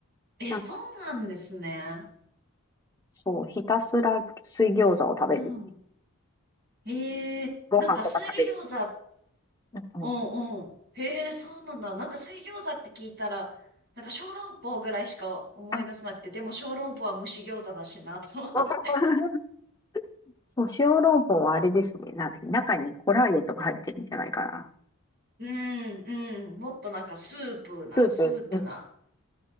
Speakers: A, on the right; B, on the left.
A: え、
B: なんか、
A: そうなんですね。
B: そう、ひたすら水餃子を食べる。
A: うん。ええ、
B: ご飯とか食べず。
A: なんか水餃子、
B: うんうん。
A: うんうん。へえ、そうなんだ。なんか水餃子って聞いたら、なんか小籠包ぐらいしか思い出せなくて、
B: あ、
A: でも小籠包は蒸し餃子だしなと思って。
B: <laughs> そう、小籠包はあれですね。なんだっけ中にコラーゲンとか入ってるんじゃないかな。
A: <laughs> うんうん。もっとなんかスープな、
B: スープ。
A: スープな、
B: うん